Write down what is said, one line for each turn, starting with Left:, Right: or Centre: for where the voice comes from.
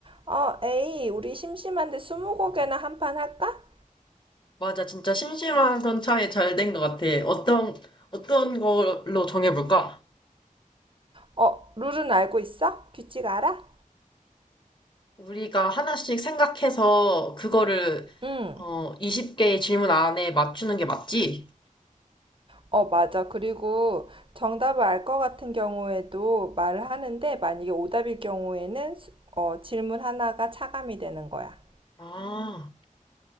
Right: 어, 에이, 우리 심심한데 스무고개나 한 판 할까?
Left: 맞아. 진짜 심심한 선차에 잘 된 것 같아. 어떤, 어떤 걸로 정해볼까?
Right: 어, 룰은 알고 있어? 규칙 알아?
Left: 우리가 하나씩 생각해서 그거를,
Right: 응.
Left: 어, 20개의 질문 안에 맞추는 게 맞지?
Right: 어, 맞아. 그리고 정답을 알 것 같은 경우에도 말을 하는데 만약에 오답일 경우에는 수- 어, 질문 하나가 차감이 되는 거야.
Left: 아,